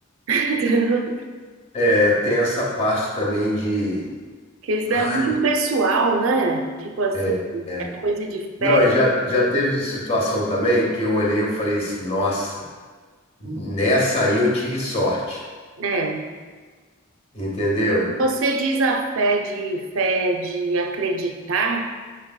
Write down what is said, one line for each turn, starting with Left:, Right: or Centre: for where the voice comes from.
Right: <laughs>
Left: É, tem essa parte também de.
Right: Porque isso
Left: Ah,
Right: é muito pessoal, né? Tipo assim,
Left: é, é.
Right: é coisa de
Left: Não,
Right: fé,
Left: e já, já teve situação também que eu olhei e eu falei assim, nossa, nessa aí eu tive sorte,
Right: né?
Left: entendeu?
Right: Você diz a fé de fé de acreditar,